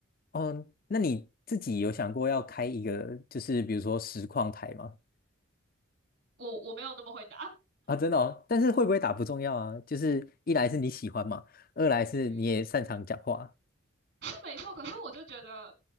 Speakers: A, on the left; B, on the right.
A: 哦，那你自己有想过要开一个，就是比如说实况台吗？
B: 我我没有那么回答。
A: 啊，真的哦，但是会不会打不重要啊，就是一来是你喜欢嘛，二来是你也擅长讲话。
B: 嗯是没错，可是我就觉得